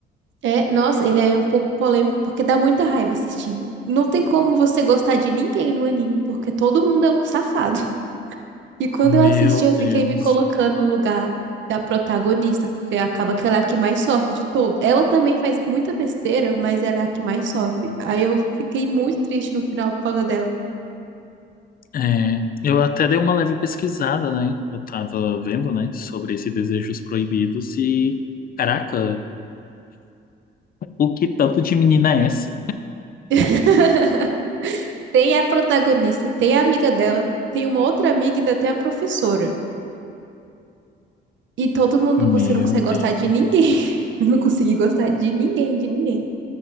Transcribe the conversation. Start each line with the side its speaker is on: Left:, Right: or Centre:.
Right: É, nossa, ele é um pouco polêmico, porque dá muita raiva assistindo. Não tem como você gostar de ninguém no anime, porque todo mundo é um safado. <laughs> E quando
Left: Meu
Right: eu assisti, eu
Left: Deus.
Right: fiquei me colocando no lugar da protagonista, porque acaba que ela é a que mais sofre de todos. Ela também faz muita besteira, mas ela é a que mais sofre. Aí eu fiquei muito triste no final por causa dela.
Left: É, eu até dei uma leve pesquisada, né? Eu tava vendo, né, sobre esses desejos proibidos e, caraca, o que tanto de menina é essa?
Right: <laughs> Tem a protagonista, tem a amiga dela, tem uma outra amiga e ainda tem a professora. E todo mundo,
Left: Meu
Right: você não consegue
Left: Deus.
Right: gostar de ninguém. <laughs> Eu não consegui gostar de ninguém, de ninguém.